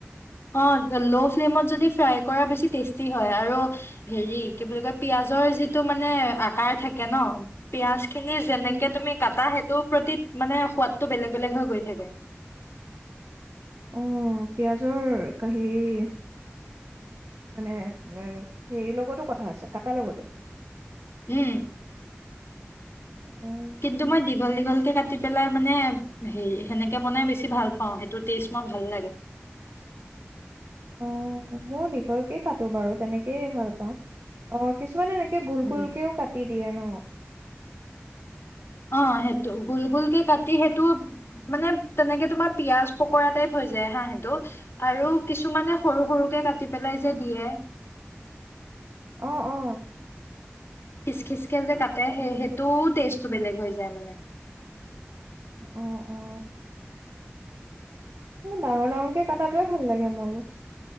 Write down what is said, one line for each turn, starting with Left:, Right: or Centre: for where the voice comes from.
Left: অহ লো ফ্লেমত যদি ফ্ৰাই কৰা বেছি টেষ্টি হয় আৰু হেৰি কি বুলি কয় পিয়াজৰ যিটো মানে আকাৰ থাকে ন পিয়াজখিনি যেনেকে
Right: উম,
Left: তুমি কাটা সেইটোৰ প্ৰতি মানে সোৱাদটো বেলেগ বেলেগ হৈ গৈ থাকে।
Right: অহ পিয়াজৰ কা হেৰি মানে এ হেৰিৰ লগতো কথা আছে কাটাৰ লগতো।
Left: উম।
Right: অহ।
Left: কিন্তু মই দীঘল দীঘলকে কাটি পেলাই মানে হে সেনেকে বনাই বেছি ভাল পাও সেইটো টেষ্ট মই ভাল লাগে।
Right: অহ মই দীঘলকে কাটো বাৰু তেনেকেই ভাল পাওঁ। অহ কিছুমানে এনেকে গোল
Left: উম,
Right: গোলকেও কাটি দিয়ে ন?
Left: অহ সেইটো গোল গোলকে কাটি সেইটো মানে তেনেকে তোমাৰ পিয়াজ পকৰা টাইপ হৈ যায় হা সেইটো। আৰু কিছুমানে সৰু সৰুকে কাটি পেলাই যে দিয়ে
Right: অহ অহ।
Left: খিচ খিচ খে যে কাটে সেই সেইটো টেষ্টটো
Right: উম।
Left: বেলেগ হৈ যায় মানে।
Right: অ অ। ডাঙৰ ডাঙৰকৈ কটাটোৱে ভাল লাগে মোৰ।